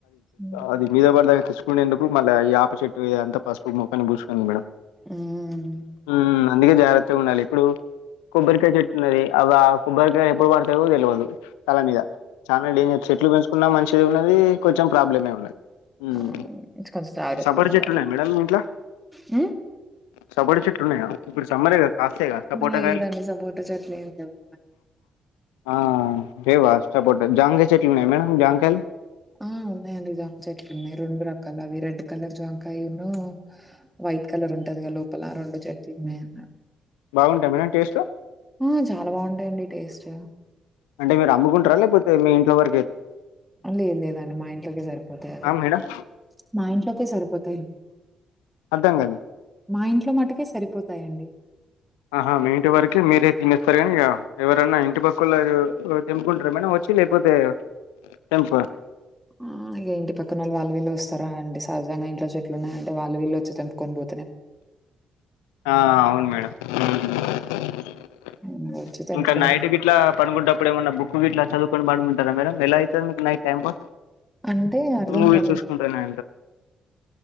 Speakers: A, in the centre; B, on the left.
A: హ్మ్.
B: అది <inaudible> మీద పడిదాకా తెచ్చుకునేందుకు ప్పుడు మళ్ళ ఈ యాప చెట్టు ఇయంతా పసుపు మొఖానికి పూసుకుంది మేడం
A: హ్మ్.
B: మ్మ్ అందుగే జార తే ఉండాలి ఇప్పుడు కొబ్బరికాయ చెట్టున్నది అవ్ అ కొబ్బరికాయ ఎప్పుడు పడు తవో తెలవదు తల మీద చానా డేంజర్ చెట్లు పెంచుకున్నా మనిషి టుది ఉన్నది కొంచెం ప్రాబ్లమే ఉన్న ఉమ్మ్
A: అవును. కొంచెం జాగ్రత్తగుండాల.
B: సపోట చెట్లు ఉన్నాయా మేడం మీ ఇంట్ల
A: హ్మ్.
B: సపోట చెట్లున్నాయా ఇప్పుడు సమ్మరే కదా కాస్తాయి కదా సపోటాకాయలు
A: లేదండి. సపోటా చెట్లేం లేవు.
B: ఆ ఆంటే <unintelligible> సపోటా జాంకాయ్ చెట్లున్నయా మేడం జాంకాయలు
A: ఆ ఉన్నాయండి జాం చెట్లున్నాయి రెండు రకాలు అవి రెడ్ కలర్ జాం టైను వైట్ కలర్ ఉంటదిగా లోపల రెండు చెట్లున్నయన్న
B: బాగుంటాయి మేడం టేస్ట్
A: ఆ చాలా బావుంటాయండి టేస్టు
B: అంటే మీరు అమ్ముకుంటరా లేకపోతే మీ ఇంట్లో వరి
A: లేదు లేదండి మా ఇంట్లోకే సరిపోతాయది
B: ఆ మేడం
A: మా ఇంట్లోకే సరిపోతాయి
B: అర్థం కాలే
A: మా ఇంట్లో మటుకే సరిపోతాయండి
B: ఆహా మీ ఇంటి వరకి మీరే తినేస్తారు కానీ ఇగ ఎవరన్నా ఇంటి పక్కోళ్ళ <unintelligible> తెంపుకుంటరా మేడం చ్చి లేకపోతే కెంఫా
A: ఆ ఇగ ఇంటి పక్కన వాళ్ళు వాళ్ళు వీళ్ళు వస్తారా అండి సహజంగా ఇంట్లో చెట్లున్నాయి అంటే వాళ్ళు వీళ్ళు వచ్చి తెంపు కొన్ బో
B: ఆ అవును మేడం ఉమ్మ్ <inaudible>
A: హ్మ్. వచ్చి తెంపుకొని
B: ఇంకా నైట్కి ఇట్లా పనుకుంటప్పుడు ఏమన్నా ఒొక్క వీట్లా చదువుకని పడుకుంటారా మేడం ఎలా అవుతుంది మీకు నైట్ టైం పాస్
A: అంటే అర్ధం
B: మూవీస్
A: కల
B: చూసుకుంటానే